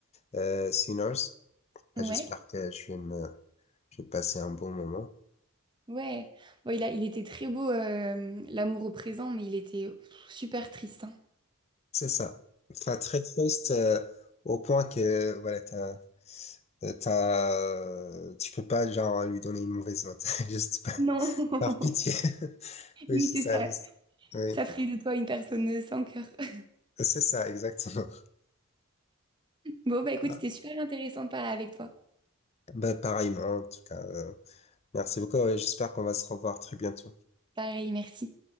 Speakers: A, on the left (about 30°); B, on the right (about 20°).
A: euh, Sinners. Ah,
B: Ouais,
A: j'espère que je vais me... je vais passer un bon moment.
B: ouais. Bon, il a, il était très beau, euh, L'amour au présent, mais il était pff, super triste. hein.
A: C'est ça. Enfin, très triste euh, au point que, voilà, t'as, t'as, tu peux pas, genre, lui donner une mauvaise note. <laughs> Juste
B: Non. <laughs>
A: Par pitié. <laughs> Oui,
B: Oui,
A: c'est
B: c'est
A: ça.
B: ça.
A: je- Oui,
B: Ça ferait de toi une personne euh, sans cœur. <laughs>
A: c'est ça, exactement.
B: Bon, bah écoute,
A: Ah,
B: c'était super intéressant de parler avec toi.
A: Bah, pareillement, en tout cas. euh, merci beaucoup. et J'espère qu'on va se revoir très bientôt.
B: Pareil, merci.